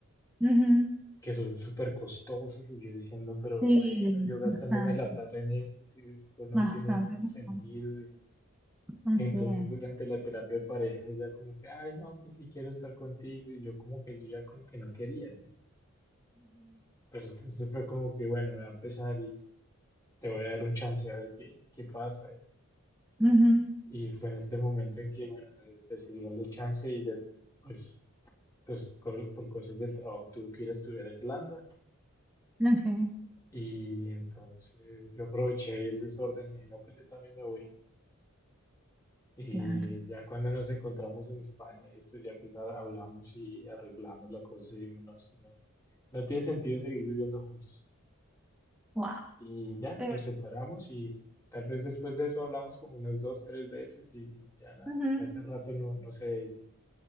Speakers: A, in the centre; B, on the left (about 15°).
A: Ujú.
B: que son súper costosas, y yo diciendo, pero
A: Sí,
B: bueno, yo gastándome
A: bastante,
B: la plata en esto, que esto no
A: bastante.
B: tiene
A: bastante.
B: sentido. Y
A: Así
B: y entonces
A: es.
B: durante la terapia de pareja ella como que, ay, no, que sí quiero estar contigo, y yo como que yo ya como que no quería, ¿no? Pero entonces fue como que, bueno, me va a empezar y te voy a dar un chance a ver qué, qué pasa. Y,
A: Ujú,
B: y fue en este momento en que, bueno, de- decidí darle chance y de- pues, pues co- por cosas del trabajo tuve que ir a estudiar a Islanda.
A: ujú. Ok,
B: Y entonces yo aproveché el desorden y dije, no, pues yo también me voy. Y
A: claro.
B: ya cuando nos encontramos en España, esto ya pues a- hablamos y arreglamos la cosa y dijimos, no, esto no, no tiene sentido seguir viviendo juntos.
A: Wow.
B: Y ya,
A: Eh,
B: nos separamos y tal vez después de eso hablamos como unas dos, tres veces y ya nada.
A: ujú.
B: Hace rato no, no sé de ella.